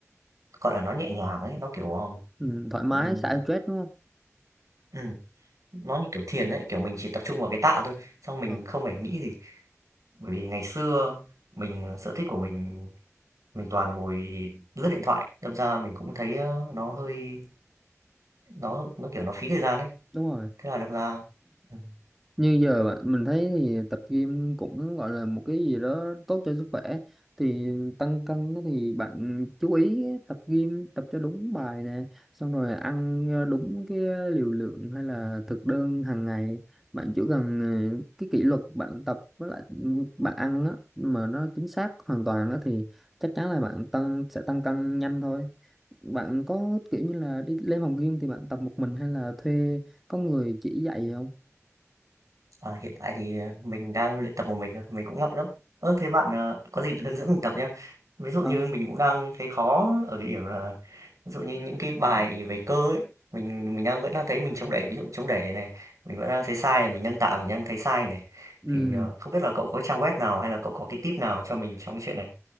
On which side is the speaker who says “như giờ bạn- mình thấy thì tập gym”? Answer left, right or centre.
Centre